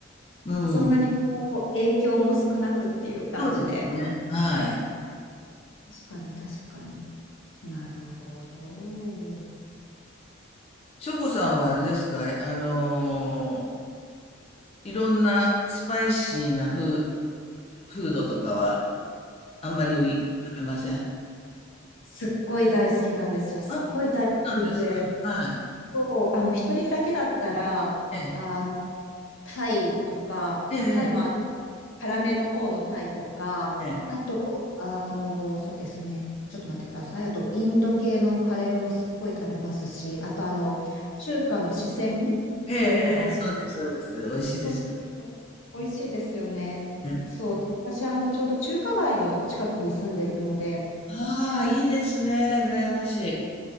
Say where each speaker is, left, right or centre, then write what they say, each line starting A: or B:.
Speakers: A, on the left; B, on the left.
A: うん、
B: そんなにこう、影響も少なくっていう感じで。
A: そうですね。はい。
B: 確かに、確かに。なるほど。
A: しょこさんはあれですか、あのー、いろんなスパイシーなフー、フードとかはあんまり食べません。
B: すっごい大好きなんですよ。すっごい大好きで、
A: あ、そうなんですか。はい。
B: そう、あの、一人だけだったら、
A: ええ。
B: あの、タイとか、
A: ええ
B: タイもあの辛めの方のタイとか、
A: ええ。ええ。
B: あと、あの、そうですね、ちょっと待ってください。あと、インド系のカレーもすっごい食べますし、あと、あの、中華の四川風の、
A: ええええ、そうですそうです。美味しいですよ
B: そうそう美味しいですよね。
A: ね。
B: そう、私、あの、ちょうど中華街の近くに住んでるので、
A: ああ、いいですね、羨ましい。